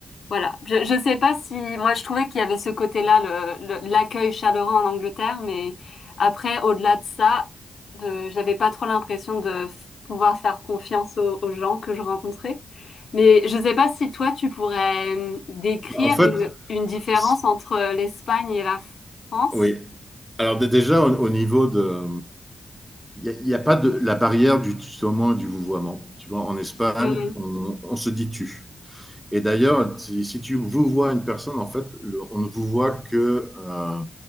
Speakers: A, on the left; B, in the centre.
A: voilà. Je, je sais pas si, moi, je trouvais qu'il y avait ce côté-là, le, le- l'accueil chaleureux en Angleterre, mais après, au-delà de ça, de, j'avais pas trop l'impression de f- pouvoir faire confiance aux, aux gens que je rencontrais. Mais je sais pas si toi, tu pourrais hum, décrire
B: En fait,
A: une, une différence
B: c'est-
A: entre l'Espagne et la France.
B: oui. Alors dé- déjà au, au niveau de, Il n'y a, a, pas de la barrière du tutoiement et du vouvoiement. Tu vois, en Espagne,
A: Mhm.
B: on, on se dit tu. Et d'ailleurs, si, si tu vous vois une personne, en fait, le- on ne vous voit que euh,